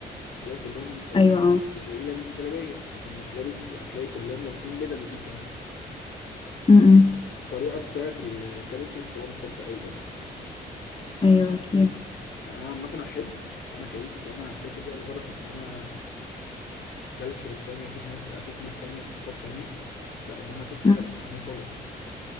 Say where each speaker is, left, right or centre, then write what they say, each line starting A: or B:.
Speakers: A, on the left; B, on the left.
A: هتلاقي كلهم الم...
B: أيوة آه.
A: هتلاقيه لابس جلابيه لكن مش لابس هتلاقي كلهم لابسين بدل مثلا
B: مم. مم.
A: الطريقه بتاعت ال- الكالتشر مش هتبقى مختلفه قوي برضه
B: أيوة أكيد
A: يعني انا عامه احب انا كيوسف لو انا هسافر بقى الغرض ان انا كالتشرز تانية اشوف ناس اشوف ناس تانية ثقافات تانية لا ان انا اشوف حاجه
B: مم.
A: بعيدة عني خالص